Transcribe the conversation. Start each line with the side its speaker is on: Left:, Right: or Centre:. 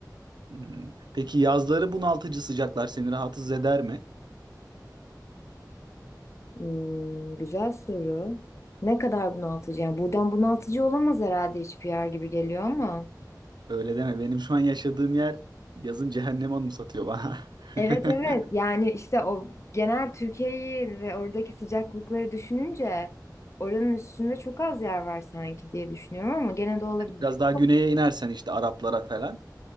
Right: Hmm. Peki yazları bunaltıcı sıcaklar seni rahatsız eder mi?
Left: Hmm, güzel soru. Ne kadar bunaltıcı? Yani buradan bunaltıcı olamaz herhalde hiçbir yer gibi geliyor ama.
Right: Öyle deme. Benim şu an yaşadığım yer yazın cehennem anımsatıyor bana.
Left: Evet
Right: <laughs>
Left: evet yani işte o genel Türkiye'yi ve oradaki sıcaklıkları düşününce oranın üstünde çok az yer var sanki diye düşünüyorum ama gene de olabilir.
Right: Biraz daha
Left: Çok-
Right: güneye inersen işte Araplara falan